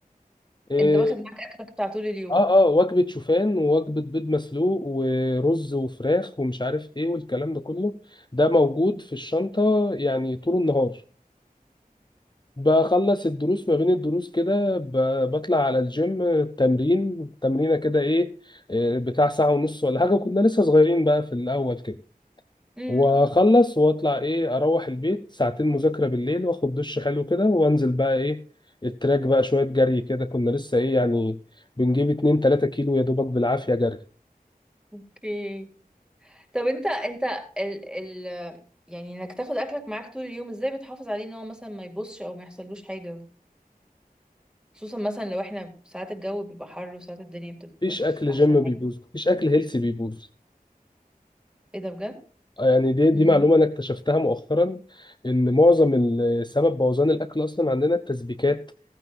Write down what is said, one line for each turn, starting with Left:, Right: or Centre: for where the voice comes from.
Left: إيه...
Centre: انت واخد معاك اكلك بتاع طول اليوم
Left: اه اه وجبه شوفان ووجبه بيض مسلوق ورز وفراخ ومش عارف ايه والكلام ده كله ده موجود في الشنطه يعني طول النهار بخلص الدروس ما بين الدروس كده ب- بطلع على الجيم تمرين تمرينة كده ايه إيه، بتاع ساعة ونص ولا حاجة كنا لسه صغيرين بقى في الأول كده
Centre: امم
Left: واخلص واطلع ايه اروح البيت ساعتين مذاكرة بالليل واخد دش حلو كده وانزل بقى ايه التراك بقى شوية جري كده كنا لسه ايه يعني بنجيب 2 3 كيلو يا دوبك بالعافية جري
Centre: اوكي طب انت انت ال ال يعني انك تاخد اكلك معاك طول اليوم ازاي بتحافظ عليه ان هو مثلا ما يبصش او ما يحصلوش حاجة خصوصا مثلا لو احنا ساعات الجو بيبقى حر وساعات الدنيا بتبقى
Left: مفيش
Centre: مش
Left: اكل
Centre: احسن
Left: جيم بيبوظ
Centre: حاجة
Left: مفيش اكل هيلثي بيبوظ
Centre: ايه ده بجد
Left: آه، يعني دي دي
Centre: امم
Left: معلومة أنا اكتشفتها مؤخرا إن معظم ال- سبب بوظان الأكل أصلا عندنا التسبيكات